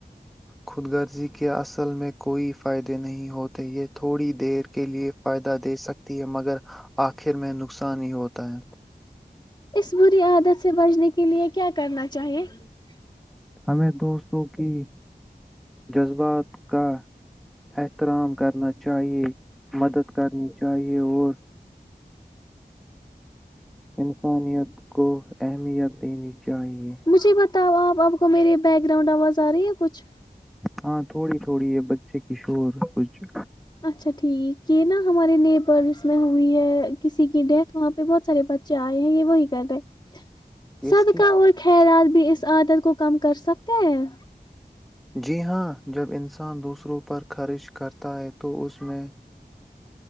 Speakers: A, in the centre; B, on the left.
A: خود غرضی کے اصل میں کوئی فائدے نہیں ہوتے یہ تھوڑی دیر کے لیے فائدہ دے سکتے ہے مگر آخر میں نقصان ہی ہوتا ہے
B: اس بری عادت سے بچنے کے لیے کیا کرنا چاہیےفیس
A: ہمیں دوستوں کی جذبات کا احترام کرنا چاہیے مدد کرنی چاہیے اور انسانیت کو اہمیت دینی چاہیے
B: مجھے بتاؤ آپ آپ کو میری بیک گراؤنڈ آواز آ رہی ہے کچھ
A: ہاں تھوڑی <unintelligible>
B: اچھا ٹھیک یہ نا ہمارے نیبرس میں ہوئی ہے کسی کی ڈیتھ وہاں پہ پ بہت سارے بچے آئے ہیں یہ وہی کر رہے
A: اس
B: صدقہ
A: کی
B: اور خیرات بھی اس عادت کو کم کر سکتے ہیں
A: جی ہاں جب انسان دوسروں پر خرچ کرتا ہے تو اس میں